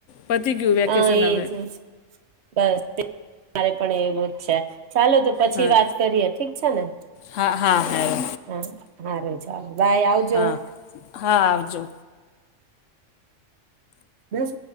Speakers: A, on the left; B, on the right.
A: પતી ગયું વેકેશન
B: હા એજ
A: હવે.
B: એજ બસ મારે પણ એવું જ છે. ચાલો તો પછી
A: હા
B: વાત કરીએ ઠીક છે ને?
A: હા હા હા
B: હા, હારું ચાલો, બાય આવજો.
A: હા હા, આવજો.
B: દસ